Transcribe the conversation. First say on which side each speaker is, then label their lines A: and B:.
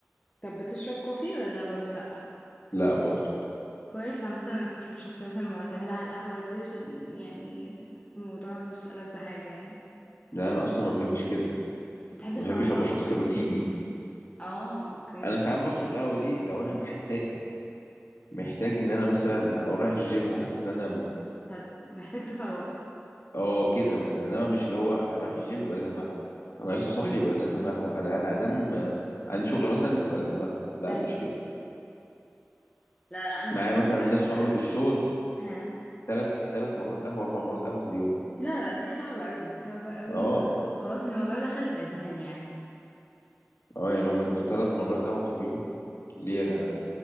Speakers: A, on the left (about 25°); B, on the left (about 65°).
A: طب بتشرب كوفي ولا برضو لأ
B: لا برضه
A: كويس عامة انك مش من الشخصيات المعتمدة على القهوة دي عشان يعني الموضوع مش ألذ حاجة يعني
B: لا أنا أصلا ما بحبش كده
A: متحبش
B: ما بحبش
A: طعمها
B: أبقى شخص
A: أصلا
B: روتيني
A: اه اوكي
B: أنا ساعات بشرب القهوة دي لو أنا محتاج محتاج إن أنا مثلا أو رايح الجيم وحاسس إن أنا م-
A: هت... محتاج تفوق
B: أه كده مثلا إنما مش اللي هو أنا رايح الجيم يبقى لازم قهوة أنا
A: ايوه
B: لسه صاحي يبقى لازم قهوة أنا هنام آه، عندي شغل مثلا يبقى لازم قهوة لا
A: ايوه
B: مش كده
A: لا لا انا
B: معايا
A: بصراحة
B: مثلا
A: بحبها
B: ناس صحابي في الشغل
A: ها
B: تلات تلات مرات قهوة أربع مرات قهوة في اليوم
A: لا لا دي صعبة قوي دي صعبة قوي
B: أه
A: وخلاص الموضوع دخل في إدمان يعني
B: أه يعني هما أنتوا تلات مرات قهوة في اليوم ليه يا جماعة؟